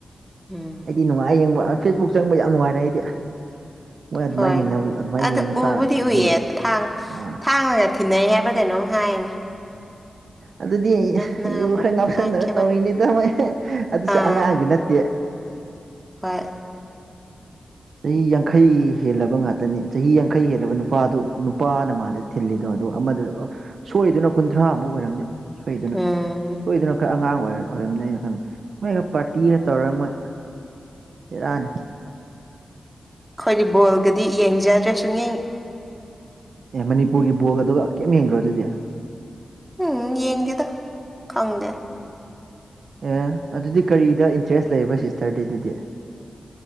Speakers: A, in the centre; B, on the right.
A: ꯎꯝ
B: ꯑꯩꯗꯤ ꯅꯨꯡꯉꯥꯏ ꯌꯦꯡꯕ ꯐꯦꯁꯕꯨꯛ ꯆꯪꯕ ꯌꯥꯝ ꯅꯨꯡꯉꯥꯏꯔꯦ ꯑꯩꯗꯤ ꯃꯣꯏ ꯑꯗꯨꯃꯥꯏꯅ
A: ꯍꯣꯏ
B: ꯌꯦꯡꯅꯕ ꯑꯗꯨꯃꯥꯏꯅ
A: ꯑꯗꯨ
B: ꯌꯦꯡꯉ
A: ꯎꯕꯨꯗꯤ
B: ꯇꯥꯔꯗꯤ ꯎꯕꯗ
A: ꯎꯏꯌꯦ ꯊꯥꯡ
B: ꯑꯥ
A: ꯊꯥꯡꯅꯥꯒꯗꯤ ꯊꯤꯟꯅꯩ ꯍꯥꯏꯕ꯭ꯔꯥ ꯀꯩꯅꯣꯝ ꯍꯥꯏꯅꯤ
B: ꯑꯗꯨꯗꯤ
A: ꯅꯍꯥꯟꯃꯨꯛ
B: ꯌꯨ ꯈꯔ ꯉꯥꯎꯁꯟꯗꯅ
A: ꯍꯥꯏꯈꯤꯕ
B: ꯇꯧꯔꯤꯅꯤ ꯇꯥꯃꯣꯏ ꯑꯗꯨꯁꯨ
A: ꯑꯥ
B: ꯑꯉꯥꯡꯗꯨ ꯅꯠ ꯇꯦ
A: ꯍꯣꯏ
B: ꯆꯍꯤ ꯌꯥꯡꯈꯩ ꯍꯦꯜꯂꯕ ꯉꯥꯛꯇꯅꯤ ꯆꯍꯤ ꯌꯥꯡꯈꯩ ꯍꯦꯜꯂꯕ ꯅꯨꯄꯥꯗꯨ ꯅꯨꯄꯥꯅ ꯃꯥꯜꯂꯦ ꯊꯤꯜꯂꯤꯗꯣ ꯑꯗꯨꯒ ꯑꯃꯗ ꯁꯣꯏꯗꯨꯅ ꯀꯨꯟꯊ꯭ꯔꯥꯃꯨꯛ ꯑꯣꯏꯔꯝꯅꯦ ꯁꯣꯏꯗꯅ
A: ꯎꯝ
B: ꯁꯣꯏꯗꯅ ꯈꯔ ꯑꯉꯥꯡ ꯑꯣꯏꯔ ꯑꯣꯏꯔꯝꯅꯦ ꯑꯩꯅ ꯈꯟꯕ ꯃꯣꯏꯗꯨ ꯄꯥꯔꯇꯤꯒ ꯇꯧꯔꯒ ꯃꯣꯏ ꯕꯦꯔꯥꯅꯤ
A: ꯑꯩꯈꯣꯏꯗꯤ ꯕꯣꯜꯒꯗꯤ ꯌꯦꯡꯖꯗ꯭ꯔꯦ ꯁꯨꯡꯌꯦꯡ
B: ꯑꯦ ꯃꯅꯤꯄꯨꯔꯒꯤ ꯕꯣꯂꯒ ꯑꯗꯨꯒ ꯀꯩꯝ ꯌꯦꯡꯗ꯭ꯔꯣ ꯑꯗꯨꯗꯤ
A: ꯎꯝ ꯌꯦꯡꯗꯦꯗ ꯈꯪꯗꯦ
B: ꯑꯦ ꯑꯗꯨꯗꯤ ꯀꯔꯤꯗ ꯏꯟꯇꯔꯦꯁ ꯂꯩꯔꯕ ꯁꯤꯁꯇꯔꯗꯤ ꯑꯗꯨꯗꯤ